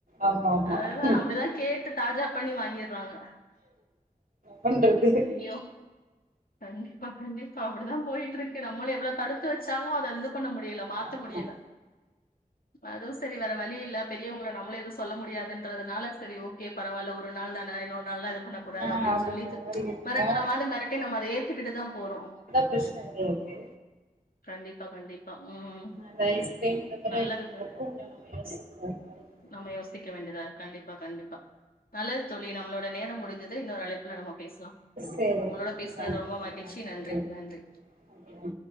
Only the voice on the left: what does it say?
ஆஹ் அதுதா
அப்டிதா கேட்டு தாஜா பண்ணி வாய்ங் வாங்கீற்றாங்க
ஐயோ கண்டிப்பா கண்டிப் ப்பா அப்டிதா போயிட்ருக்கு நம்மளு எவ்ளோ தடுத்து வச்சாலு அததுது பண்ண முடியில மாத்த
முடியில அதுவு சேரி வேற வழியில்ல பெரியவங்கள நம்மளு எதுவு சொல்ல முடியாதுன்றதுனால சேரி ஓக் க்கே பரவால்ல ஒரு நாள் தானே இன்னொரு நாள்லா இது பண்ணக் கூடாது
அப்டின்
சொல்லிட்டு
ச்
மிரட்டுற மாதிரி மிரட்டி நம்ம அத ஏத்துக்கிட்டு தா போறோ
கண்டிப்பா கண்டிப்பா உம்
நல்லது
தோழி
நம்ம யோசிக்க வேண்டியதா இரு கண்டிப்பா கண்டிப்பா நல்லது தோழி நம்ளோட நேரம் முடிஞ்சுது இன்னொரு அழைப்புல நம்ம பேஸ் லா
உங்குளோட
பேசுனது
ரொம்ப
மகிழ்ச்சி நன்றி
நன்றி